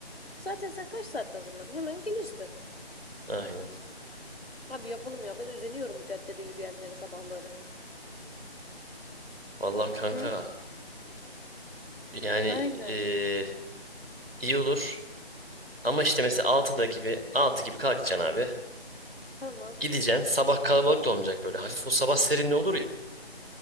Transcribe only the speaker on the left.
Zaten sen kaç saatte hazırlanıyorsun? Hemen gelirsin.
Abi yapalım ya. Ben özeniyorum bu caddede yürüyenlere sabahları.
Hı?
Aynen.
Tamam.